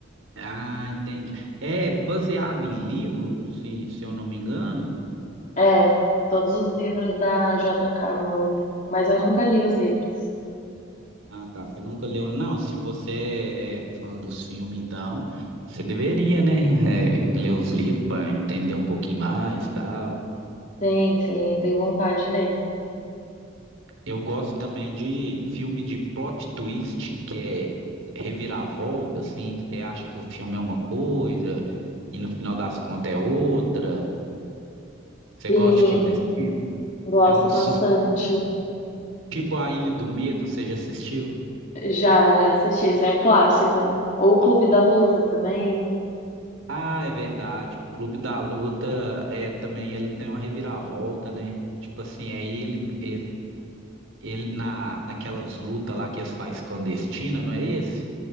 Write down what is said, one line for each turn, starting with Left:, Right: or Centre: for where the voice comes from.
Right: ah, entendi. É baseado em livro, se, se eu não me engano?
Left: É, todos os livros da J.K. Rowling. Mas eu nunca li os livros.
Right: Ah, tá. Você nunca leu? Não, se você é fã dos filmes, então, você deveria, né? é, ler os livros para entender um pouquinho mais e tal.
Left: Sim, sim, eu tenho vontade de ler.
Right: Eu gosto também de filme de plot twist, que é reviravolta, assim. Você acha que o filme é uma coisa e no final das contas é outra. Você
Left: Sim,
Right: gosta de filme desse tipo?
Left: gosto
Right: É um sus-
Left: bastante.
Right: tipo A Ilha do Medo, você já assistiu?
Left: Já, já assisti. Isso é clássico, né? Ou o Clube da Luta também.
Right: Ah, é verdade. O Clube da Luta é também ele tem uma reviravolta, né? Tipo assim, aí ele ele, ele na naquelas lutas lá que eles fazem clandestina, não é esse?